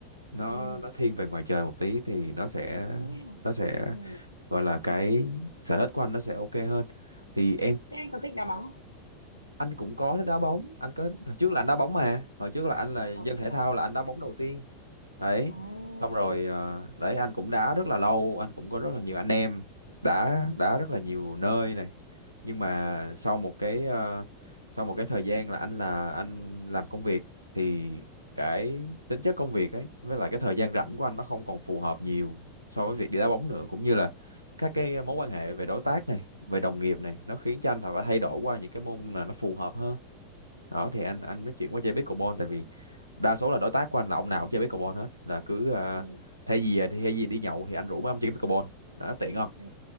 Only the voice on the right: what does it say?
nó
nó thiên về ngoài trời một tí thì nó sẽ
nó sẽ
gọi là cái sở thích của anh nó sẽ ok hơn thì em
anh cũng có đá bóng anh có hồi trước là anh đá bóng mà hồi trước là anh là dân
thể
thao là anh đá bóng đầu tiên đấy
xong
rồi ờ, đấy anh cũng đá rất là lâu anh cũng có rất là nhiều anh em đá đá rất là nhiều nơi này nhưng mà sau một cái ờ, sau một cái thời gian là anh là anh làm công việc thì cái tính chất công việc ấy với lại cái thời gian rảnh của anh nó không còn phù hợp nhiều so với việc đi đá bóng nữa cũng như là các cái mối quan hệ về đối tác này về đồng nghiệp này nó khiến cho anh phải thay đổi qua những cái môn là nó phù hợp hơn đó thì anh anh nói chuyện qua chơi pickleball tại vì đa số là đối tác của anh là ông nào cũng chơi pickleball hết là cứ ờ,
thay vì thay vì đi nhậu thì anh rủ mấy ông chơi pickleball đó tiện không